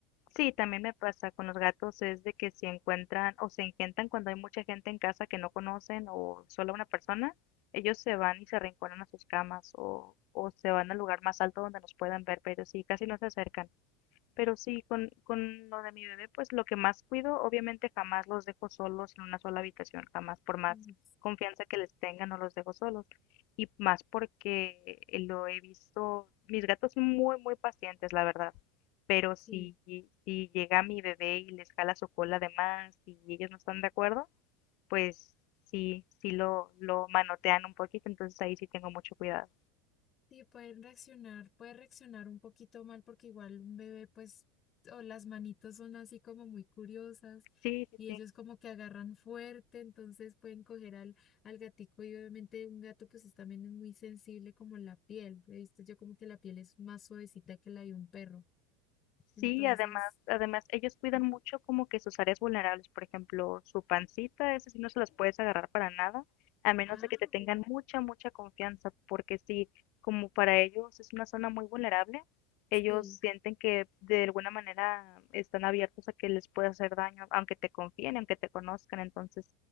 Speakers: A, on the left; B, on the left.
A: Sí, también me pasa con los gatos es de que si encuentran o se engentan cuando hay mucha gente en casa que no conocen o solo una persona, ellos se van y se arrinconan a sus camas o, o se van al lugar más alto donde nos puedan ver, pero sí, casi no se acercan. Pero sí, con, con lo de mi bebé, pues lo que más cuido, obviamente jamás los dejo solos en una sola habitación, jamás, por más
B: Mm,
A: confianza que les tenga, no los dejo solos. Y más porque eh, lo he visto, mis gatos son muy, muy pacientes, la verdad. Pero si,
B: Sí,
A: si llega mi bebé y les jala su cola de más y ellos no están de acuerdo, pues sí, sí lo, lo manotean un poquito, entonces ahí sí tengo mucho cuidado.
B: Sí, pueden reaccionar, puede reaccionar un poquito mal porque igual un bebé, pues, o las manitos son así como muy curiosas
A: Sí, sí,
B: y
A: sí.
B: ellos como que agarran fuerte, entonces pueden coger al, al gatico y obviamente un gato pues es- también es muy sensible como la piel. He visto yo como que la piel es más suavecita que la de un perro. Entonces,
A: Sí, además, además, ellos cuidan
B: ujú.
A: mucho como que sus áreas vulnerables, por ejemplo, su pancita, esas sí no se las puedes agarrar para nada, a menos
B: Ah,
A: de que te tengan mucha, mucha confianza, porque sí, como para ellos es una zona muy vulnerable, ellos
B: sí,
A: sienten que de alguna manera están abiertos a que les pueda hacer daño, aunque te confíen, aunque te conozcan, entonces,